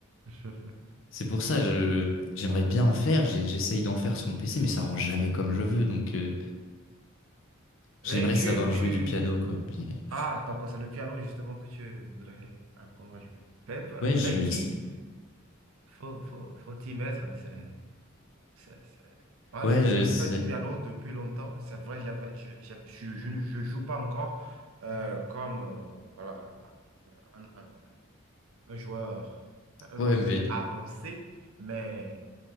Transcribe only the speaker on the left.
C'est pour ça, je j'aimerais bien en faire. j'ai- J'essaye d'en faire sur mon PC, mais ça rend jamais comme je veux. Donc, euh, j'aimerais
savoir
jouer du piano, quoi. Mais- pff,
Ouais,
je vais
essayer.
Ouais,
je
sais.
Ouais,
mais